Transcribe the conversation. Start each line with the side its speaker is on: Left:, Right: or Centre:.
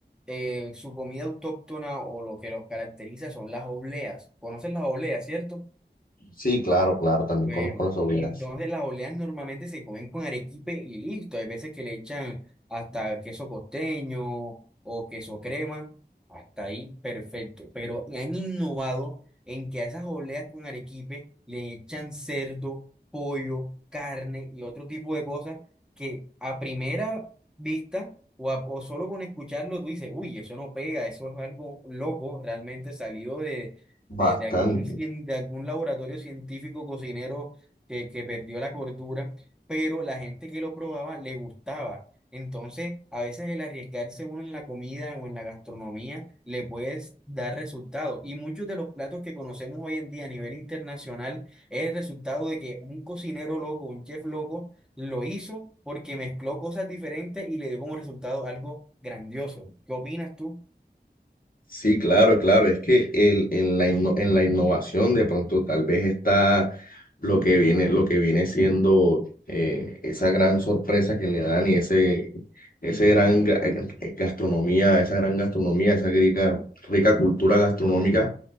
Centre: eh, su comida autóctona o lo que los caracteriza son las obleas. ¿Conocen las obleas, cierto?
Left: sí, claro, claro,
Centre: Bueno,
Left: también conozco las obleas
Centre: entonces las oleas normalmente se comen con arequipe y listo. Hay veces que le echan hasta queso costeño o queso crema. Hasta ahí, perfecto. Pero han innovado en que a esas oleas con arequipe le echan cerdo, pollo, carne y otro tipo de cosas que a primera vista o, a- o solo con escucharlo tú dices, uy, eso no pega, eso es algo loco, realmente salido
Left: bastante.
Centre: de, de algún, cien- de algún laboratorio científico cocinero que, que perdió la cordura, pero la gente que lo probaba le gustaba. Entonces, a veces el arriesgarse uno en la comida o en la gastronomía le puede dar resultados. Y muchos de los platos que conocemos hoy en día a nivel internacional es el resultado de que un cocinero loco, un chef loco, lo hizo porque mezcló cosas diferentes y le dio como resultado algo grandioso. ¿Qué opinas tú?
Left: Sí, claro, claro, es que el, en la inno- en la innovación de pronto tal vez está lo que viene, lo que viene siendo eh, esa gran sorpresa que le dan y ese, ese gran ga- eh, gastronomía, esa gran gastronomía, esa rica, rica cultura gastronómica